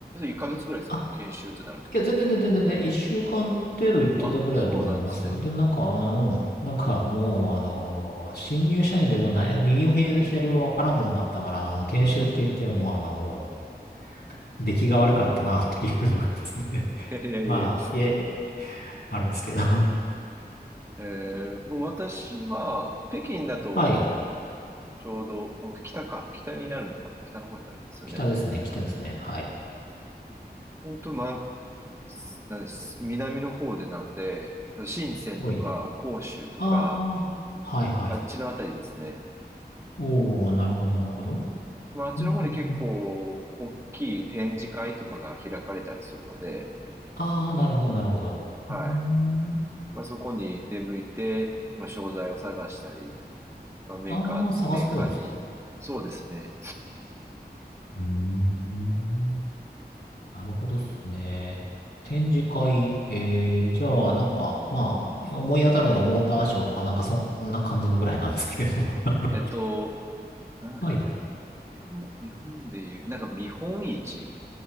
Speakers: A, on the right; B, on the left.
A: 1ヶ月ぐらいですか研修ってなると。
B: あ、いや、全然全然全然、一週間程度行ってたぐらいだと思います。
A: あ、そうなんですね。
B: で、なんか、あの、うん、なんかもう、あの、新入社員でもない、右も左左もわからんもんだったから、あの、研修って言っても、あの、もう、出来が悪かったなっていうのがですね。
A: いやいやいや。
B: <laughs> まあ、いや、あるんですけど。<laughs>
A: えー、もう私は、北京だと、
B: はい。
A: ちょうど、ほんと北か、北になるのかな、北の方になりますよね。
B: 北ですね、北ですね。はい。
A: 本当、ま、なんです、南の方でなので、深センとか、
B: おい。
A: 広州とか、
B: ああ、はいはい。
A: あっちのあたりですね。
B: おー、なるほど、なるほど。
A: まあ、あっちの方に結構、
B: うんうんうん
A: 大きい展示会とかが開かれたりするので、
B: ああ、なるほど、なるほど。
A: はい。
B: うーん。
A: まあ、そこに出向いて、まあ、商材を探したり、まあ、メーカー、
B: ああ、探す方ですか。
A: メーカーに、そうですね。
B: うーん。なるほどっすね。展示会、えー、じゃあ、なんか、まあ、思い当たるのがモーターショーとか、なんかそんな感じのぐらいなんですけれど。<laughs> あの
A: えっと、な、
B: はい。
A: え日本、日本でいう、なんか見本市